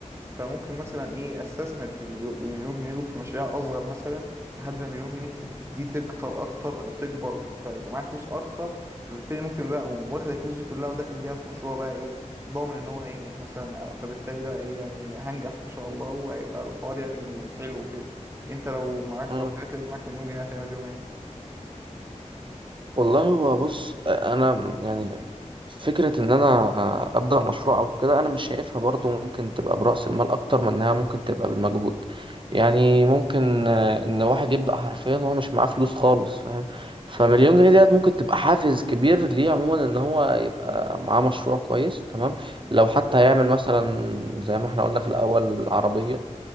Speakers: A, on the right (about 20°); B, on the right (about 40°).
A: فممكن مثلا ايه استثمر في المليون بالمليون جنيه دول في مشاريع اصغر مثلا لحد ما المليون جنيه تت- دي تكتر اكتر او تكبر فيبقى معايا فلوس اكتر فبالتالي ممكن بقى اقوم واخد الفلوس دي كلها وداخل بيها في مشروع بقى ايه ضامن ان هو هينجح مثلا فبالتالي بقى ايه يعني هنجح ان شاء الله وهيبقى الحوار يعني حلو كده انت لو معاك
B: <clears throat>
A: لو طلعت لقيت معاك مليون جنيه هتعمل بيهم ايه
B: والله هو بص انا يعني فكره ان انا ابدا مشروع او كده انا مش شايفها برضو ممكن تبقى براس المال اكتر من انها ممكن تبقى بالمجهود يعني ممكن آه، ان واحد يبدا حرفيا وهو مش معاه فلوس خالص فاهم فمليون جنيه ديت ممكن تبقى حافز كبير ليه عموما ان هو يبقى معاه مشروع كويس تمام لو حتى هيعمل مثلا زي ما احنا قلنا في الاول عربيه